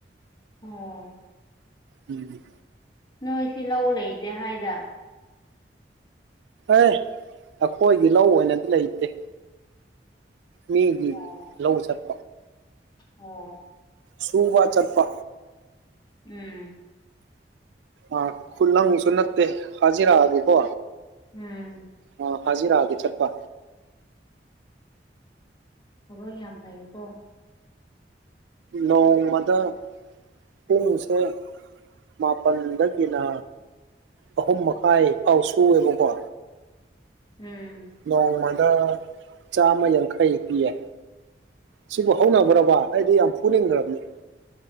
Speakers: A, on the left (about 25°); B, on the right (about 80°).
A: ꯑꯥ
B: ꯎꯝ
A: ꯅꯣꯏ ꯁꯤ ꯂꯧ ꯂꯩꯇꯦ ꯍꯥꯏꯗ
B: ꯑꯦ ꯑꯩꯈꯣꯏꯒꯤ ꯂꯧ ꯑꯣꯏꯅꯗꯤ ꯂꯩꯇꯦ ꯃꯤꯒꯤ
A: ꯑꯣ
B: ꯂꯧ ꯆꯠꯄ
A: ꯑꯣ
B: ꯁꯨꯕ ꯆꯠꯄ
A: ꯎꯝ
B: ꯑ ꯈꯨꯠꯂꯪꯁꯨ ꯅꯠꯇꯦ ꯍꯥꯏꯖꯤꯔꯥꯒꯤꯀꯣ
A: ꯎꯝ
B: ꯑ ꯍꯖꯤꯔꯥꯒꯤ ꯆꯠꯄ
A: ꯊꯕꯛ ꯌꯥꯝ ꯐꯩꯀꯣ
B: ꯅꯣꯡꯃꯗ ꯄꯨꯡꯁꯦ ꯃꯥꯄꯜꯗꯒꯤꯅ ꯑꯍꯨꯝ ꯃꯈꯥꯏ ꯐꯥꯎ ꯁꯨꯑꯦꯕꯀꯣ
A: ꯎꯝ
B: ꯅꯣꯡꯃꯗ ꯆꯥꯝꯃ ꯌꯥꯡꯈꯩ ꯄꯤꯌꯦ ꯁꯤꯕꯨ ꯍꯧꯅꯕ꯭ꯔꯕ ꯑꯩꯗꯤ ꯌꯥꯝ ꯐꯨꯅꯤꯡꯈ꯭ꯔꯕꯅꯦ